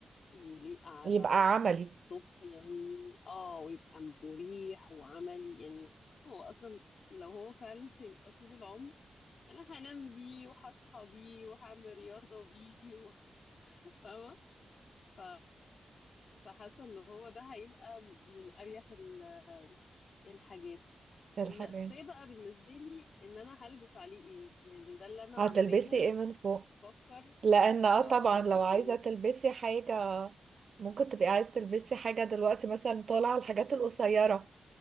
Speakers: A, on the left (about 70°); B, on the right (about 70°).
A: يليق على
B: يبقى عملي
A: الصبح يعني اه ويبقى مريح وعملي يعني هو اصلا لو هو فعلا هيبقى طول العمر انا هنام بيه وهصحى بيه وهعمل رياضة بيه و- <laughs> فاهمة ف... فحاسة ان هو ده هيبقى من اريح ال- الحاجات
B: في
A: المأساة
B: الحاجات
A: بقى بالنسبة لي ان انا هلبس عليه ايه يعني ده اللي انا
B: هتلبسي
A: عمالة
B: ايه من فوق
A: افكر
B: لأن اه
A: اه
B: طبعا لو
A: يعني
B: عايزة تلبسي حاجة ممكن تبقي عايزة تلبسي حاجة دلوقتي مثلا طالعة الحاجات القصيرة